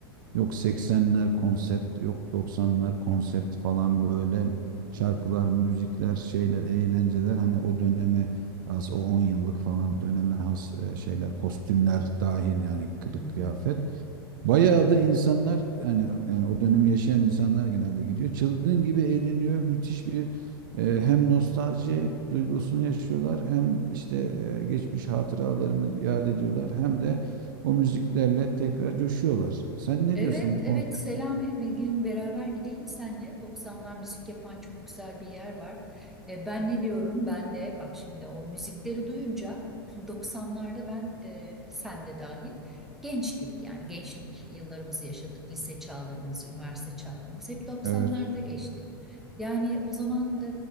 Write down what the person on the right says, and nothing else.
yok 80'ler konsept yok 90'lar konsept falan böyle şarkılar, müzikler, şeyler, eğlenceler hani o döneme has o 10 yıllık falan döneme has e, şeyler kostümler dahil yani kılık
kıyafet. Bayağı da insanlar yani yani o dönemi yaşayan insanlar genelde gidiyor. Çılgın gibi eğleniyor. Müthiş bir e, hem nostalji duygusunu yaşıyorlar hem işte e, geçmiş hatıralarını yad ediyorlar hem de o müziklerle tekrar coşuyorlar. Sen ne
diyorsun bu
konser?
Evet.